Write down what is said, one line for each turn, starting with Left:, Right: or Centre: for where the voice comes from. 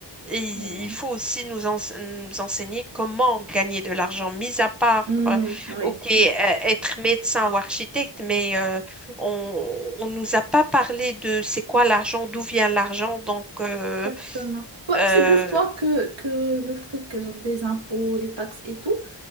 Centre: Et
Right: Mais bon.
Centre: il faut aussi nous, ense- nous enseigner comment gagner de l'argent, mis à part,
Right: Hmm,
Centre: euh,
Right: oui,
Centre: ok, euh, être médecin ou architecte, mais euh, on, on nous a pas parlé de c'est quoi l'argent, d'où vient l'argent, donc euh,
Right: exactement. Ouais,
Centre: euh,
Right: figure-toi que, que le truc genre des impôts, les taxes et tout,